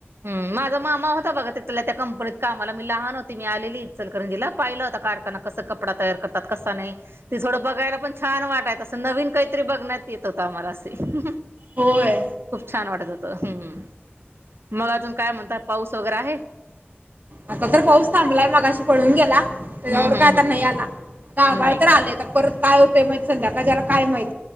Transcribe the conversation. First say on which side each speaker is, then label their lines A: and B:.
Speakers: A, on the right (about 65°); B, on the right (about 40°).
A: ह माझा मामा होता बघा तिथला त्या कंपनीत कामाला मी लहान होत. मी आलेली चलकरंजीला पाहिलं आता कारखाना कसा कपडा तयार करतात कसं नाही ते थोडं बघायला पण छान वाटाय असं नवीन काहीतरी बघण्यात येत होतं आम्हाला अस ही
B: होय
A: खूप छान वाटत होत हुं, हु. मग अजून काय म्हणतात पाऊस वगैरे आहे.
B: आता तर पाऊस थांबलाय मगाशी पळून गेला
A: हम्म
B: त्याच्यावर
A: हम्म
B: काय आता
A: हम्म
B: नाही आला आता आभाळात
A: नाही का
B: आले आता परत काय होतंय संध्याकाळच्या ला काय माहित